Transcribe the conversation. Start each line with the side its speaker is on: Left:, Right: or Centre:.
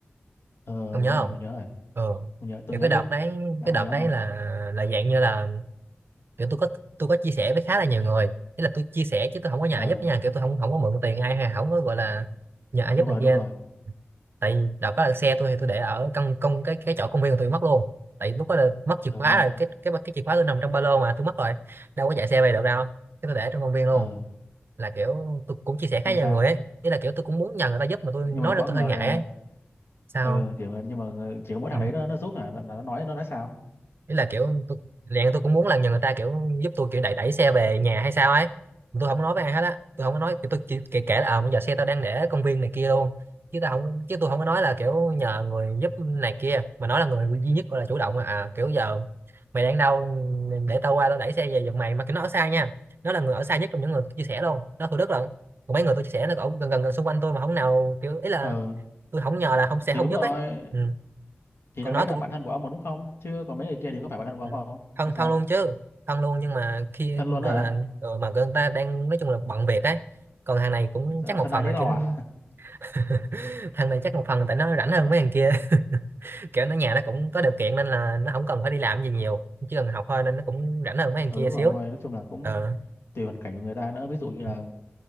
Left: ờ
Right: ông nhớ
Left: đúng rồi
Right: không
Left: tôi nhớ rồi
Right: ừ
Left: tôi nhớ tôi
Right: kiểu
Left: nhớ
Right: cái
Left: chứ
Right: đợt đấy
Left: là
Right: cái
Left: không
Right: đợt
Left: nhớ
Right: đấy
Left: không
Right: là là dạng như là kiểu tôi có tôi có chia sẻ với khá là nhiều người ý là tôi chia sẻ chứ tôi không có nhờ
Left: ờ
Right: ai giúp nha kiểu tôi không không có mượn tiền ai hay không có gọi là nhờ ai
Left: đúng
Right: giúp này
Left: rồi
Right: kia
Left: đúng rồi
Right: tại vì đợt đó là xe tôi thì tôi để ở căn công cái cái chỗ công viên của tôi mất luôn tại lúc đó là mất chìa
Left: ờ
Right: khóa
Left: không
Right: rồi cái cái cái chìa khóa tôi nằm trong ba lô mà tôi mất rồi đâu có chạy xe về được đâu cái tôi để trong công viên luôn
Left: ờ
Right: là kiểu tôi cũng chia sẻ
Left: xong
Right: khá
Left: rồi
Right: nhiều
Left: sao
Right: người ấy ý là kiểu tôi cũng muốn nhờ người ta giúp mà tôi
Left: nhưng
Right: nói
Left: mà có
Right: ra tôi
Left: người
Right: hơi ngại
Left: ờ
Right: ấy sao
Left: ờ,
Right: không?
Left: kiểu người- nhưng mà người- chỉ có mỗi
Right: ừ.
Left: thằng đấy nó nó giúp hả là, là nó nói nó nói sao
Right: ý là kiểu tôi liền tôi cũng muốn là nhờ người ta kiểu giúp tôi kiểu đẩy đẩy xe về nhà hay sao ấy tôi không nói với ai hết á tôi không có nói kiểu tôi chỉ kể, kể là ờ bây giờ xe tao đang để ở công viên này kia luôn chứ tao không chứ tôi không có nói là kiểu nhờ người giúp này kia mà nói là người duy nhất gọi là chủ động mà à kiểu giờ mày đang đâu để tao qua tao đẩy xe về giùm mày mà cái nó ở xa nha nó là người ở xa nhất trong những người chia sẻ luôn nó Thủ Đức lận còn mấy người tôi chia sẻ nó ở gần, gần gần xung quanh tôi mà không nào kiểu ý là
Left: ờ
Right: tôi không nhờ là không sẽ
Left: thì
Right: không
Left: đúng
Right: giúp
Left: rồi
Right: ấy ừ.
Left: thì
Right: còn
Left: thằng
Right: nói
Left: đấy là
Right: tôi
Left: bạn thân của ông mà đúng không chứ còn mấy người kia thì có phải bạn thân của
Right: Ừ.
Left: ông không
Right: thân
Left: hay sao
Right: thân luôn chứ thân luôn nhưng mà khi
Left: thân luôn đó
Right: gọi
Left: hả
Right: là ờ, mà người ta đang nói chung là bận việc ấy còn hàng này cũng
Left: Dạ,
Right: chắc một
Left: thân
Right: phần
Left: ái nấy
Right: là
Left: lo
Right: kiểu
Left: à
Right: <laughs> thằng này chắc một phần là tại nó rảnh hơn mấy thằng kia <laughs> kiểu nó nhà nó cũng có điều kiện nên là nó không cần phải đi làm gì nhiều chỉ cần học thôi nên nó cũng rảnh hơn mấy thằng
Left: ừ
Right: kia
Left: đúng rồi
Right: xíu
Left: ông ơi nói chung là cũng
Right: ờ
Left: tùy hoàn cảnh của người ta nữa ví dụ như là
Right: ừ